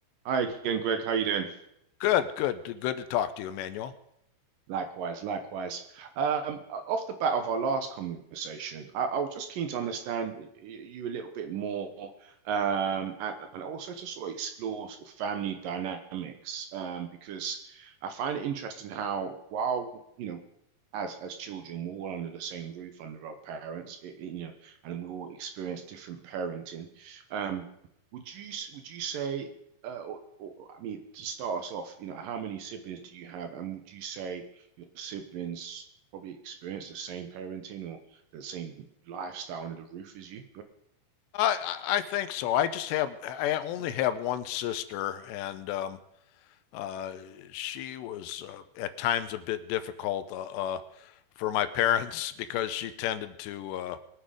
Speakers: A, on the right (about 70°); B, on the left (about 85°).
A: Hi again, Greg. How you doing?
B: Good, good, good to talk to you, Emmanuel.
A: Likewise, likewise. Um, off the bat of our last conversation, I, I was just keen to understand y- you a little bit more, um, and, and also to sort of explore sort of family dynamics, um, because I find it interesting how while you know, as as children, we're all under the same roof under our parents, it, it, you know, and we all experience different parenting. Um, would you s- would you say? Uh, or, or, I mean, to start us off, you know, how many siblings do you have, and would you say? your siblings probably experience the same parenting or the same lifestyle under the roof as you.
B: I, I I think so. I just have I only have one sister, and um, uh, she was uh, at times a bit difficult uh, uh, for my parents <laughs> because she tended to uh,